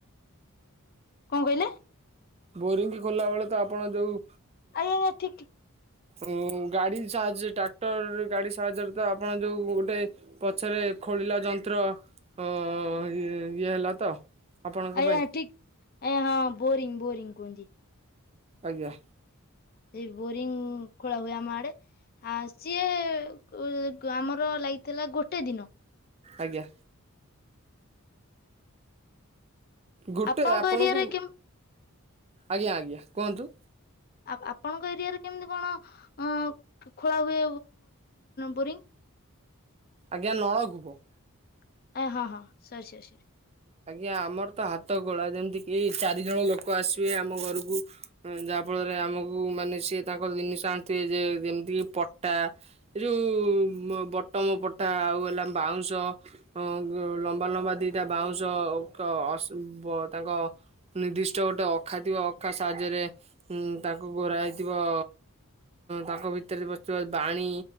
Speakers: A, on the left; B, on the right.
A: କଅଁ କଇଲେ
B: ବୋରିଙ୍ଗ୍ ଖୋଲିଲା ବେଳେ ତ ଆପଣ ଯୋଉ
A: ଆଜ୍ଞା ଠିକ୍ ଠି
B: ଓ ଗାଡି ସାହାଯ୍ୟ ଟ୍ରାକ୍ଟର ଗାଡି ସାହାଯ୍ୟରେ ତ ଆପଣ ଯୋଉ ଗୋଟେ ପଛରେ ଖୋଳିଲା ଯନ୍ତ୍ର ଅ ଇଏ ହେଲା ତ ଆପଣଙ୍କ
A: ଆଜ୍ଞା
B: ପାଇଁ
A: ଠିକ୍ ଆଜ୍ଞା ହଁ ବୋରିଂ ବୋରିଙ୍ଗ କୁଅନ୍ତି।
B: ଆଜ୍ଞା।
A: ସେ ବୋରିଂ ଖୋଳା ହୁଏ ଆମ ଆଡେ ଆ ସିଏ ଉ ଆମର ଲାଗିଥିଲା ଗୋଟେ ଦିନ।
B: ଆଜ୍ଞା। ଗୋଟେ
A: ଆପଣଙ୍କ
B: ଆପଣଙ୍କୁ
A: ଏରିଆରେ କେମ
B: ଆଜ୍ଞା ଆଜ୍ଞା କୁଅନ୍ତୁ
A: ଆ ଆପଣଙ୍କ ଏରିଆରେ କେମିତି କଣ ଅ ଖୋଳା ହୁଏ ବୋରିଂ
B: ଆଜ୍ଞା
A: ଏ ଲକ୍
B: ନଳକୂପ
A: ଆଜ୍ଞା ହଁ ହଁ ସରି ସରି
B: ଆଜ୍ଞା ଆମର ତ ହାତ ଗୋଳା ଯେମିତି କି ଚାରିଜଣ ଲୋକ ଆସିବେ ଆମ ଘରକୁ ଯାହା ଫଳରେ ଆମକୁ ମାନେ ସିଏ ତାଙ୍କର ଜିନିଷ ଆଣିଥିବେ ଯେ ଯେମିତି କି ପଟା ଏ ଯୋଉ ବଟମ୍ ପଟା ଆଉ ଏଲା ବାଉଁଶ ହଁ ଲମ୍ବା ଲମ୍ବା ଦିଟା ବାଉଁଶ କ ଅଶ୍ ଵ ତାଙ୍କ ନିର୍ଦ୍ଦିଷ୍ଟ ଗୋଟେ ଅଖା ଥିବ ଅଖା ସାହାଯ୍ୟରେ ତାଙ୍କୁ ଗୋରାଇଥିବ। ତାଙ୍କ ଭିତରେ ପସିଥିବା ବାଣୀ